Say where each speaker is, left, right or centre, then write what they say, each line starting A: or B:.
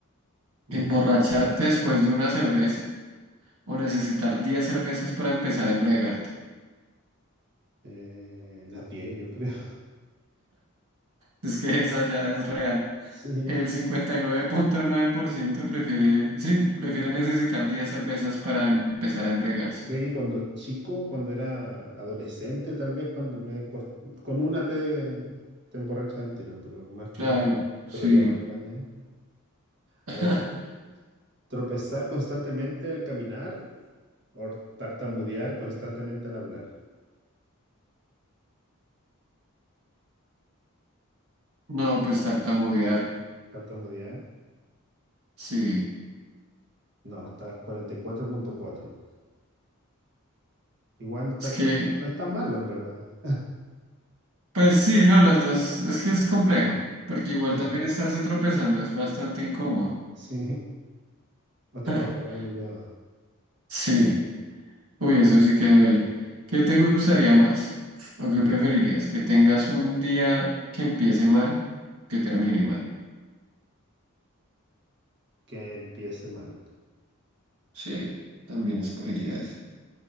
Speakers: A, on the right; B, on the right.
A: dime.
B: Emborracharte después de una cerveza o necesitar 10 cervezas para empezar a embriagarte. <laughs>
A: Eh, las 10, yo creo. <laughs>
B: Es que esa ya es real.
A: Sí.
B: El cincuenta y nueve nueve punto nueve por ciento prefiere, sí, prefiere necesitar 10 cervezas para empezar a embriagarse.
A: Yo creo que cuando chico, cuando era adolescente, tal vez cuando me cos- con una te, te emborrachas del tiro, pero más que,
B: Claro, sí.
A: pero ya más grande.
B: <laughs>
A: A ver, yo, tropezar constantemente al caminar Or tartamudear constantemente al hablar.
B: No, pues tartamudear.
A: Tartamudear.
B: Sí.
A: No, está cuarenta y cuatro punto cuatro. Igual
B: Es
A: tartamudear
B: que,
A: no es tan malo, en verdad.
B: pues sí, no, las dos. Es que es complejo, porque igual
A: <laughs>
B: también estarse tropezando es bastante incómodo.
A: Sí. O te
B: <laughs>
A: puedes pegar en el dedo.
B: Sí. Uy, eso sí que duele. ¿Qué te gustaría más? ¿O qué preferirías? ¿Que tengas un día que empiece mal, que termine mal?
A: Que empiece mal.
B: Sí, también escogería eso.